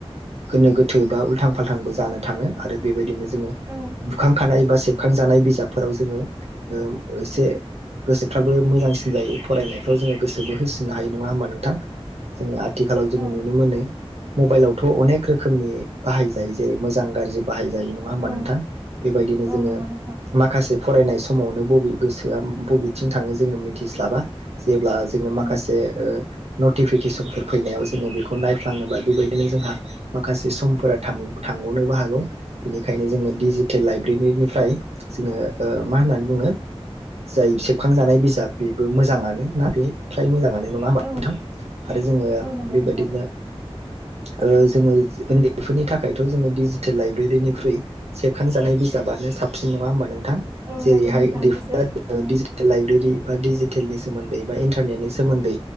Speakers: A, on the right (about 80°); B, on the right (about 30°).
A: गोनो गोथो बा उल्थां फाल्थांबो जानो थाङो आरो बेबायदिनो जोंङो
B: औ
A: बुखांखानाय बा सेबखांजानाय बिजाबफोराव जोङो ओ एसे गोसोख फ्राबो मोजांसिन जायो फरायनायफ्राव जोङो गोसोबो होसिननो हायो नङा होमबा नोंथां जोङो आथि आथिखालाव जो
B: औ
A: नुनो मोनो मबाइलावथ' अनेक रोखोमनि बाहायजायो जेरै मोजां गाज्रि बाहायजायो नङा होमबा
B: औ
A: नोंथां बेबायदिनो
B: औ
A: जोङो
B: नंगौ नोंथां
A: माखासे फरायनाय समावनो बबे गोसोआ बबेथिं थाङो जोङो मिथिस्लाबा जेब्ला जोङो
B: औ
A: माखासे ओ नटिफिकेसनफोर फैनायाव जोङो बेखौ नायफ्लाङोबा बेबायदिनो जोंहा माखासे समफोरा थाङो थांग'नोबो हागौ बेनिखायनो जोङो डिजिटेल लाइब्रेरिनि फ्राय जोङो ओ मा होननानै बुङो जाय सुखांजानाय बिजाब बेबो मोजाङानो ना बे फ्राय मोजाङानो नङा होमबा
B: औ
A: नोंथां आरो जोङो
B: औ नंगौ
A: बेबायदिनो
B: नोंथां
A: ओ जोङो ओनदैफोरनि थाखायथ' जोङो डिजिटेल लाइब्रेरिनिख्रुइ सेबखांजानाय बिज बिजाबनो साबसिन नङा होनबा नोंथां
B: औ
A: जेरैहाय
B: नंगौ नोंथां
A: ओनदैफोरा
B: बिसोर औ
A: डिजि लाइब्रेरि बा डिजिटेलनि सोमोन्दै बा इन्टारनेटनि सोमोन्दै